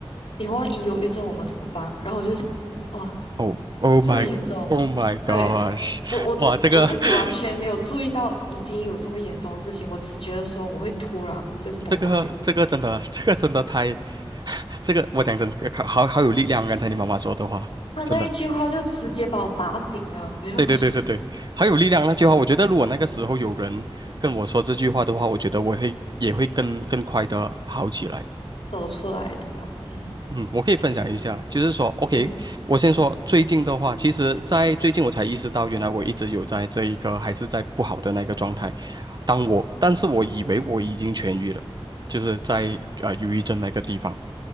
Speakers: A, on the left; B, on the right.
A: 你万一忧郁症我们怎么办？然后我就想，哇，
B: 哦，Oh
A: 这么严重，
B: my。Oh my gosh！
A: 对。我我自我自己完全没有注意到已经有这么严重的事情，
B: 哇，这个，<laughs>
A: 我只觉得说我会突然就是崩溃，
B: 这个，这个真的，这个真的太，<laughs> 这个我讲真，好好有力量。刚才你妈妈说的话，
A: 他那一句话就直接把我打醒了，
B: 真的，
A: 我又
B: 对对对对对，好有力量那句话。
A: 天呐，
B: 我觉得如果那个时候有人跟我说这句话的话，我觉得我会也会更更快的好起来。
A: 走出来对吧？嗯
B: 嗯，我可以分享一下，就是说，OK，
A: 嗯
B: 我先说最近的话，其实，在最近我才意识到，原来我一直有在这一个还是在不好的那个状态。当我，但是我以为我已经痊愈了，就是在呃忧郁症那个地方。